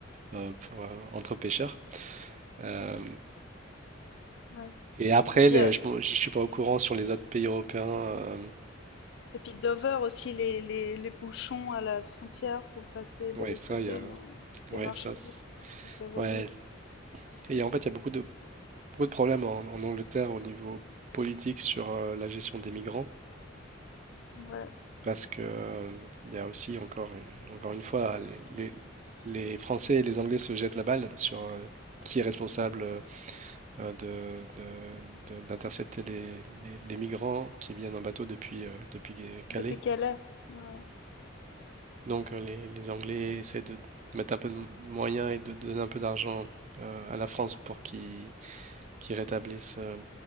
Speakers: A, on the right (about 35°); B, on the left (about 60°).
A: euh, pour, euh, entre pêcheurs. Euh,
B: ouais.
A: et après,
B: Et puis,
A: les-
B: euh,
A: je ne suis pas au courant sur les autres pays européens. euh,
B: et puis Dover aussi, les, les, les bouchons à la frontière pour passer de
A: ouais,
B: l'autre
A: ça,
B: côté,
A: il y a,
B: non?
A: ouais,
B: Les marchandises,
A: ça, c'est-
B: c'était relou
A: ouais.
B: aussi.
A: Et en fait, il y a beaucoup de, beaucoup de problèmes en, en Angleterre au niveau politique sur euh, la gestion des migrants,
B: Ouais.
A: parce que euh, il y a aussi encore, une- encore une fois, les, les- les Français et les Anglais se jettent la balle sur euh, qui est responsable euh, euh, de, de- de- d'intercepter les, les- les migrants qui viennent en bateau depuis, euh, depuis Calais.
B: Depuis Calais. Ouais.
A: Donc euh, les, les Anglais essaient de mettre un peu de moyens et de de donner un peu d'argent euh, à la France pour qu'ils qu'ils rétablissent euh,